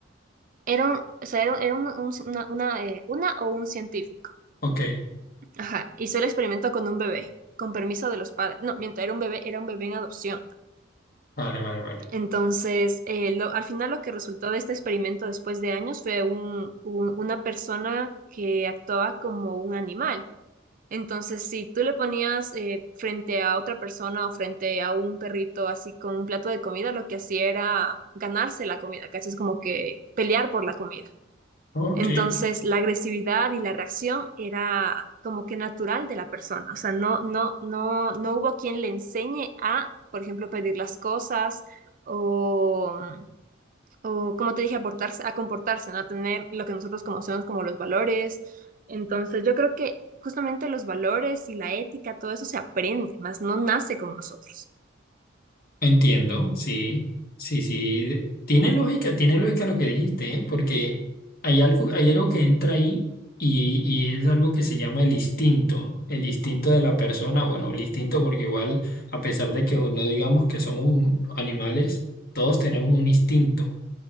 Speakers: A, on the right; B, on the left.
A: era un, o sea, era un- era un- un- una, una, eh, una o un científico.
B: Ok.
A: Ajá, hizo el experimento con un bebé, con permiso de los padres. No, mientras era un bebé, era un bebé en adopción.
B: Vale, vale, vale.
A: Entonces, eh, lo- al final lo que resultó de este experimento después de años fue un- un- una persona que actuaba como un animal. Entonces, si tú le ponías eh, frente a otra persona o frente a un perrito así con un plato de comida, lo que hacía era ganarse la comida, ¿cachas? Como que pelear por la comida.
B: Ok,
A: Entonces, la agresividad y la reacción era como que natural de la persona. O sea, no, no, no, no hubo quien le enseñe a, por ejemplo, pedir las cosas o, o, como te dije, a portarse- a comportarse, ¿no? A tener lo que nosotros conocemos como los valores. Entonces, yo creo que justamente los valores y la ética, todo eso se aprende, más no nace con nosotros.
B: entiendo, sí, sí, sí. de- Tiene lógica, tiene lógica lo que dijiste, ¿eh? Porque hay algo, hay algo que entra ahí y, y es algo que se llama el instinto, el instinto de la persona, bueno, el instinto porque igual, a pesar de que no digamos que somos un- animales, todos tenemos un instinto.